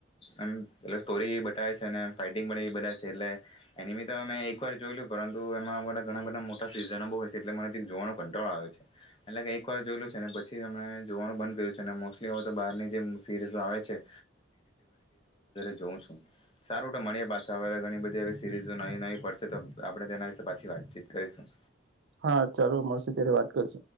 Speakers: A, on the left; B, on the right.
A: એમ પ સ્ટોરી એ બતાવે છે ને. ફાઈટિંગ પણ એ બધવે છે. એટલે એની બી તો અમે એકવાર જોયલું, પરંતુ એમાં અમારા ઘણા બધા મોટા સિઝનો બ હોય છે. એટલે મનેથી જોવા કંટાળો આવે છે. એટલે કે એકવાર જોયલું છે. ને પછી અમે જોવાનું બંધ કર્યું છે. અને મોસ્ટલી હવે તો બારની જે સીરીઝ આવે છે. જોઉં છું. સારું તો મળીએ પાછા, હવે ઘણી બધી સિરીઝ નઈ ન પડશે તો, આપણેે તેના વિશે પાછી વાતચીત કરીશું.
B: હા ચાલો મળશે ત્યારે વાત કરશું